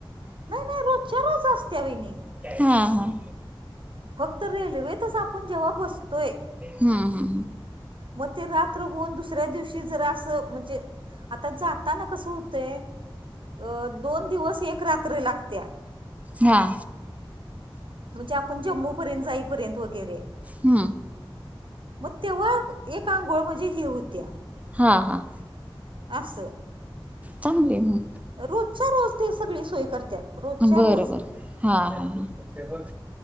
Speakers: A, on the right; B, on the right.
A: नाही, नाही रोजच्या रोज असत्या वहिनी.
B: हा, हा.
A: फक्त रेल्वेतच आपण जेव्हा बसतोय,
B: ह, ह.
A: मग ते रात्रहून दुसऱ्या दिवशी जरा असं म्हणजे आता जात ताना कस हुतंय अ दोन दिवस एक रात्र लागत्या,
B: हा.
A: म्हणजे आपण जम्मूपर्यंत जाईपर्यंत वगैरे.
B: हं..
A: मग तेव्हा एक अंघोळ म्हणजे हे हुत्या.
B: हा, हां.
A: आसं..
B: चांगलीय मग
A: रोजच्या रोज ते सगळी सोय करतात रोजच्या
B: बर-
A: रोज
B: बर. हा, हा, हा.